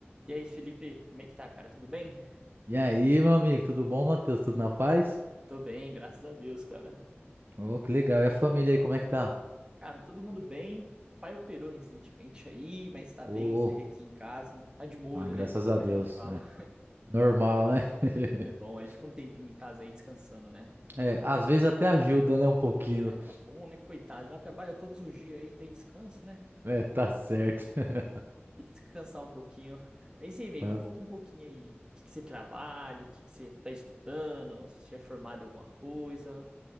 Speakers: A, on the right (about 20°); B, on the right (about 50°).
A: E aí, Felipe, como é que tá, cara? Tudo bem?
B: E aí, meu amigo, tudo bom, Matheus? Tudo na paz?
A: Tô bem, graças a Deus, cara.
B: Ô, que legal. E a família aí, como é que tá?
A: Cara, todo mundo bem. Papai operou recentemente aí, mas tá
B: Pô,
A: bem, segue aqui em casa. Tá de molho,
B: ah, graças
A: né? Como
B: a
A: a
B: Deus,
A: gente fala.
B: né? Normal, né? <laughs>
A: É bom, aí fica um tempinho em casa aí descansando, né?
B: É, às vezes até ajuda, né? Um pouquinho.
A: É, tá bom, né? Coitado, já trabalha todos os dias aí, não tem descanso, né?
B: É, tá certo. <laughs>
A: Tem que descansar um pouquinho. Mas e aí, May,
B: Tá-
A: me conta um pouquinho aí. O que que você trabalha? O que que você tá estudando? Não sei se já é formado em alguma coisa.